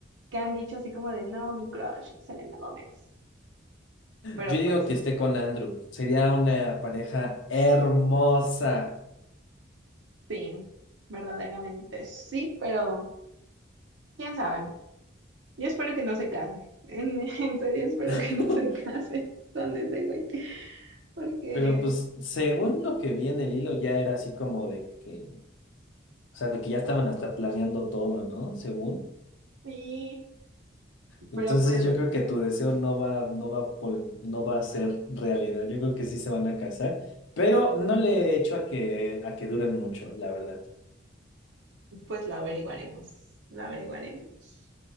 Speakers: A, on the right; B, on the left.
A: que han dicho así como de, no, mi crush, Selena Gómez. Pero
B: Yo
A: pues
B: digo que esté con Andrew. Sería una pareja hermosa.
A: Sí, verdaderamente sí, pero quién sabe. Yo espero que no se case. En, <laughs> en serio, espero
B: <laughs>
A: que no se case con ese güey. Porque
B: Pero pues según lo que vi en el hilo ya era así como de que, o sea, de que ya estaban hasta planeando todo, ¿no? Según.
A: sí,
B: Entonces
A: pero pues,
B: yo creo que tu deseo no va, no va, pol- no va a ser realidad. Yo creo que sí se van a casar, pero no le echo a que, a que duren mucho, la verdad.
A: pues lo averiguaremos. Lo averiguaremos.